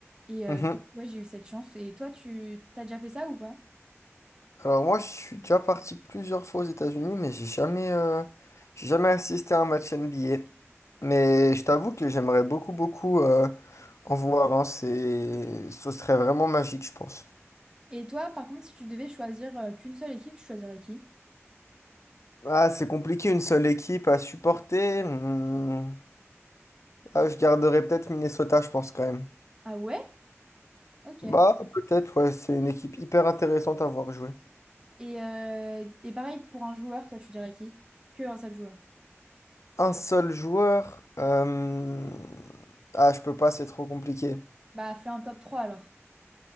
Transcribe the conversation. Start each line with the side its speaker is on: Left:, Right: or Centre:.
Right: Et euh,
Left: Mhm.
Right: ouais, j'ai eu cette chance. Et toi, tu t'as déjà fait ça ou pas?
Left: Alors moi, je suis déjà parti plusieurs fois aux États-Unis, mais j'ai jamais, euh, j'ai jamais assisté à un match NBA. Mais je t'avoue que j'aimerais beaucoup, beaucoup euh, en voir. hein. C'est, ce serait vraiment magique, je pense.
Right: Et toi, par contre, si tu devais choisir euh, qu'une seule équipe, tu choisirais qui?
Left: Ah, c'est compliqué une seule équipe à supporter. Hmm, Ah, je garderai peut-être Minnesota, je pense quand même.
Right: Ah ouais? Ok.
Left: Bah, peut-être, ouais, c'est une équipe hyper intéressante à voir jouer.
Right: Et, euh, et pareil, pour un joueur, toi, tu dirais qui? Que un seul joueur.
Left: Un seul joueur. euh, Ah, je peux pas, c'est trop compliqué.
Right: Bah, fais un top trois alors.